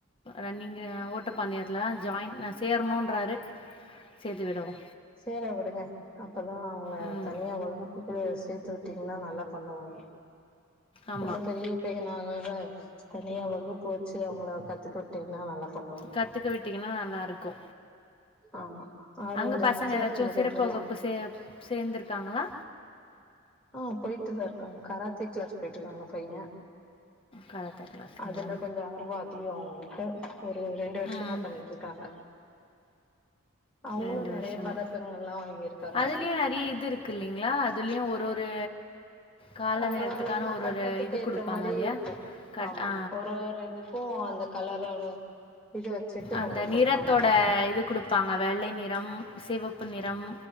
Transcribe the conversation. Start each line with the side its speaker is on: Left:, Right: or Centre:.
Left: ரன்னிங் ஓட்டப்பந்தயத்துல ஜாயின் நா சேரணுன்றாரு சேத்து விடவோ
Centre: சேர விடுங்க அப்பதா அவங்க
Left: ம்
Centre: தனியா வகுப்புக்கு சே த்து விட்டீங்கன்னா நல்லா பண்ணுவாங்க
Left: ஆமாம்
Centre: ரொம்ப பெரிய பையனாகு னு தனியா வகுப்பு வெச்சு அவங்கள கத்துக்க விட்டீங்கன்னா நல்லா பண்ணுவாங்க
Left: கத்துக்க விட்டீங்கன்னா நல்லா இருக்கு
Centre: ஆமா ஆர்வோ
Left: அங்க பசங்க
Centre: ஜாஸ்தியா
Left: ஏதாச்சு
Centre: இருக்கும் போதே
Left: சிறப்பு
Centre: விட்டுர்லா
Left: வகுப்பு சே சேர்ந்திருக்காங்களா
Centre: ஆ போயிட்டுதா இருக்காங்க கராத்தே கிளாஸ் போயிட்டுருக்காங்க பைய
Left: கராத்தே கிளாஸுங்களா
Centre: அதுல கொஞ்சோ ஆர்வோ அதிகோ இப்ப ஒரு ரெண்டு வருஷமா
Left: ம்
Centre: பண்ணிட்டு இருக்காங்க அவங்களு
Left: ரெண்டு
Centre: நெறைய
Left: வருஷமா
Centre: பதக்கங்கள்லா வாங்கியிருக்காங்க
Left: அதுலயே நெறைய இது இருக்கு இல்லைங்களா அ துலயு ஒரு ஒரு கால
Centre: ஒரு
Left: நேரத்துக்கான
Centre: ஒரு இது கட்டத்துக்கு
Left: ஒரு இது
Centre: ஏத்த
Left: கொடுப்பாங்க
Centre: மாரி
Left: இல்லையா
Centre: இருக்கு
Left: கட்
Centre: ஆமா
Left: ஆ,
Centre: ஒரு ஒரு இதுக்கு அந்த கலரோட இத வச்சுட்டு
Left: அந்த
Centre: அவங்க
Left: நிறத்தோட
Centre: குடுப்பாங்க
Left: இது குடுப்பாங்க வெள்ளை நிறம் சிவப்பு நிறம்